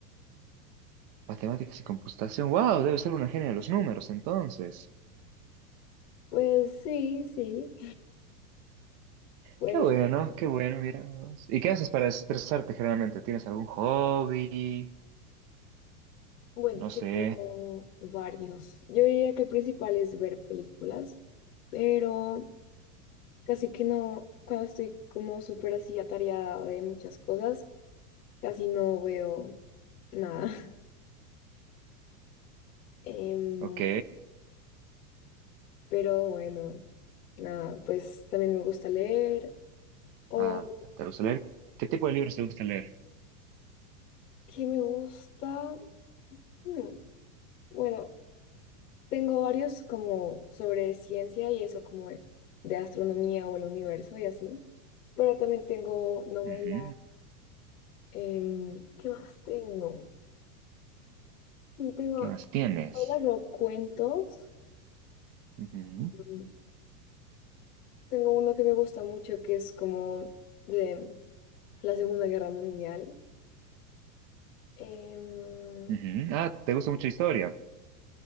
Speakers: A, on the right; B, on the left.
A: Matemáticas y computación. ¡Wow! Debe ser una genia de los números, entonces.
B: Pues sí, sí. Pues
A: Qué bueno, qué bueno, mira vos. ¿Y qué haces para estresarte generalmente? ¿Tienes algún hobby?
B: bueno,
A: No
B: tengo
A: sé.
B: varios. Yo diría que el principal es ver películas, pero casi que no, cuando estoy como súper así atareada de muchas cosas, casi no veo. nada. <laughs> Em,
A: Ok.
B: pero bueno, nada, pues también me gusta leer. O
A: Ah, ¿te gusta leer? ¿Qué tipo de libros te gusta leer?
B: qué me gusta. Hmm, bueno, tengo varios como sobre ciencia y eso, como de, de astronomía o el universo y así. Pero también tengo novelas.
A: Ujú.
B: em, ¿qué más tengo? Sí, tengo
A: ¿Qué más tienes?
B: novelas o cuentos.
A: Ujú.
B: Mm, Tengo uno que me gusta mucho que es como de la Segunda Guerra Mundial. Em,
A: Ujú. Ah, ¿te gusta mucho historia?